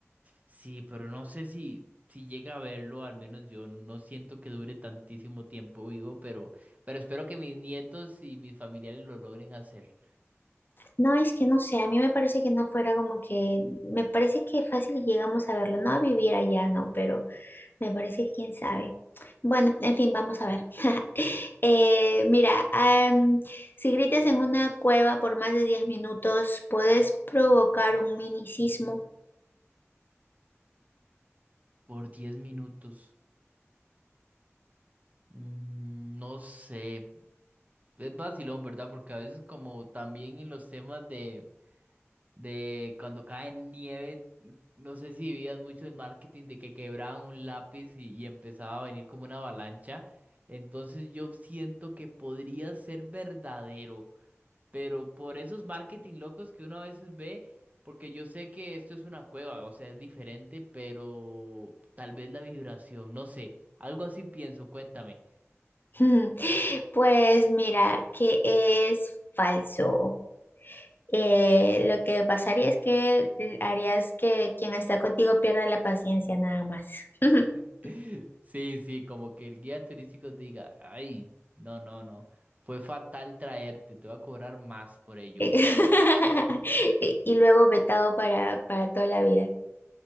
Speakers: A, on the right; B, on the left.
A: Sí, pero no sé si, si llega a verlo, al menos yo no siento que dure tantísimo tiempo vivo, pero, pero espero que mis nietos y mis familiares lo logren hacer
B: No, es que no sé, a mí me parece que no fuera como que, me parece que fácil y llegamos a verlo, no a vivir allá, no, pero me parece que quién sabe. Bueno, en fin, vamos a ver. <laughs> Eh, mira, am, si gritas en una cueva por más de 10 minutos, puedes provocar un mini sismo.
A: por 10 minutos. Mm, No sé, es vacilón, ¿verdad? Porque a veces como también en los temas de, de cuando cae nieve, no sé si vivías mucho el marketing de que quebraban un lápiz y, y empezaba a venir como una avalancha. Entonces yo siento que podría ser verdadero. pero por esos marketing locos que uno a veces ve, porque yo sé que esto es una cueva, o sea, es diferente, pero tal vez la vibración, no sé, algo así pienso, cuéntame.
B: <laughs> Pues mira, que es falso. Eh, lo que pasaría es que eh, harías que quien está contigo pierda la paciencia nada más. <laughs>
A: <laughs> Sí, sí, como que el guía turístico te diga, ay, no, no, no, fue fatal traerte, te voy a cobrar más por ello.
B: Eh, <laughs> Y y luego vetado para, para toda la vida.